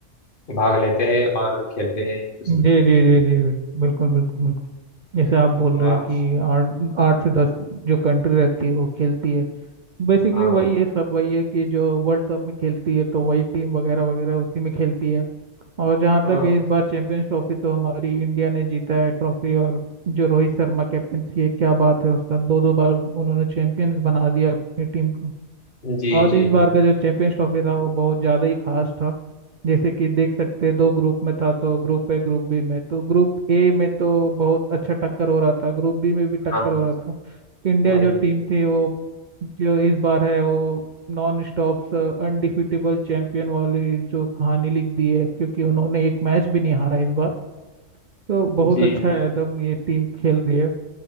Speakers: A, on the left (about 45°); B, on the right (about 50°).
A: भाग लेते हैं और खेलते हैं एक दूसरे
B: जी
A: के
B: जी जी जी बिल्कुल बिल्कुल बिल्कुल जैसे आप बोल
A: तो
B: रहे
A: आप
B: हैं कि आठ आठ से दस जो कंट्री रहती है वो खेलती है बेसिकली
A: हाँ
B: वही है सब वही है कि जो वर्ल्ड कप में खेलती है तो वही टीम वगैरह वगैरह उसी में खेलती है और जहाँ
A: हाँ
B: तक है इस बार चैंपियंस ट्रॉफी तो हमारी इंडिया ने जीता है ट्रॉफी और जो रोहित शर्मा कैप्टनसी है क्या बात है उसका दो दो बार उन्होंने चैंपियंस बना दिया अपनी टीम को
A: जी
B: और
A: जी
B: इस बार
A: जी
B: का जो चैंपियंस ट्रॉफी था वो बहुत ज़्यादा ही खास था जैसे कि देख सकते हैं दो ग्रुप में था तो ग्रुप ए ग्रुप बी में तो ग्रुप ए में तो बहुत अच्छा टक्कर हो रहा था ग्रुप बी में भी टक्कर
A: हाँ
B: हो रहा था इंडिया
A: वही
B: जो टीम थी वो जो इस बार है वो नॉन स्टॉप अनडिफिटेबल चैंपियन वाली जो कहानी लिख दी है क्योंकि उन्होंने एक मैच भी नहीं हारा इस बार तो बहुत
A: जी
B: अच्छा है एकदम ये टीम खेल रही है